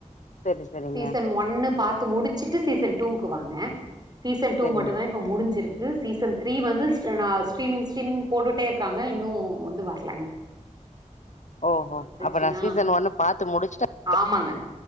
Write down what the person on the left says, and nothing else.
சரி, சரிங்க.
சரிங்க.
ஓஹோ
அப்ப நான் சீசன் ஒன்னு பாத்து முடிச்சுட்டேன்